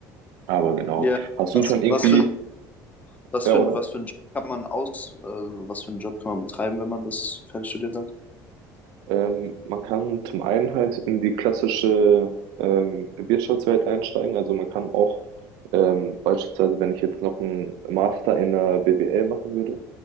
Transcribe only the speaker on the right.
Aber genau.
Hast
du schon irgendwie,
ja,
oder?
Ähm, man kann zum einen halt in die klassische ähm, Wirtschaftswelt einsteigen. Also man kann auch ähm, beispielsweise, wenn ich jetzt noch einen Master in der BWL machen würde,